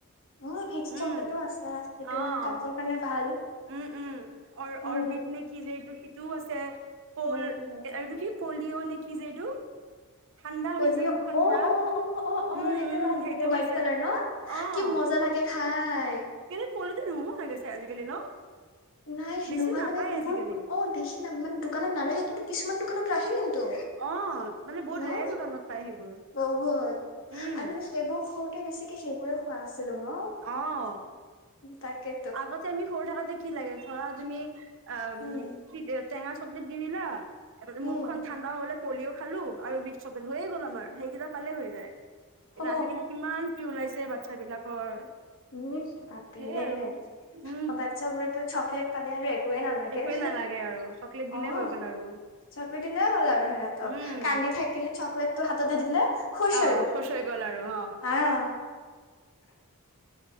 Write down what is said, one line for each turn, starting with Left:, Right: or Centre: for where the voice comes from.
Left: অ' ভিক্চ
Right: উম,
Left: চকলেটো আছে। সেইটো
Right: অ'
Left: মানে কফৰ কাৰণে ভা ভাল।
Right: উম উম অ'
Left: উম
Right: অৰবিত নে কি যে এইটো শ তু আছে। পল
Left: উম উম
Right: এইটো কি পলিঅ' নে কি যে এইটো। ঠাণ্ডা হৈছে
Left: পলিঅ'
Right: যে মুখখন
Left: অ',
Right: পুৰা,
Left: অ', অ', অ'
Right: উম,
Left: সেইটো
Right: উম
Left: ভাল
Right: সেইটোও
Left: লাগে হোৱাইট
Right: আছে।
Left: কালাৰ ন
Right: অ'
Left: কি মজা লাগে খাই।
Right: কিন্তু পলিঅটো নোহোৱা হৈ গৈছে আজিকালি ন।
Left: নাই
Right: বেছি
Left: নোহোৱা
Right: নাপায়
Left: মানে কি
Right: আজিকালি।
Left: হ'ল অ' দেখি নাম মানে দোকানত নাৰখে কিছুমান দান <unintelligible> তু
Right: অ', মানে বহুত
Left: ন
Right: ৰেয়াৰ দোকানত পায় সেইবোৰ,
Left: বহুত
Right: উম,
Left: আৰু মানে সেইবোৰ খু সে বেছিকে সেইবোৰে খোৱা আছে ছিলো ন
Right: অ',
Left: তাকে।
Right: আগতে আমি সৰু থাকোতে। কি লাগে? অ', তুমি অম,
Left: উম
Right: ' কি দেব টেঙা চকলেট দি দিলা। এটা দি
Left: উম
Right: মুখখন ঠাণ্ডা হ'লে, পলিঅ' খালো আৰু এবিধ চকলেট হৈয়ে গ'ল আমাৰ হেই, কিতাপ পালে হৈ যায় কিন্তু
Left: অ
Right: আজিকালি কিমান কি ওলাইচে। ছে বাচ্ছা বিলাকৰ,
Left: উম, পাপিৰেটছ।
Right: সেইয়ে আৰু। উম,
Left: অ, ' বাচ্চাবোৰে টো চকলেট পালে আৰু একো, একোৱে নালাগে
Right: একোৱে
Left: হেএ,
Right: নালাগে আৰু চকলেট দিলেই
Left: অ',
Right: হৈ গ'ল আৰু
Left: চকলেট দিলে হ'ল আৰু সিহঁতক
Right: উম,
Left: কান্দি থাকিলে চকলেট, তোৰ হাতত দি দিলে? খুচ
Right: অ',
Left: আৰু
Right: খুচ হৈ গল আৰু অ, '
Left: আহ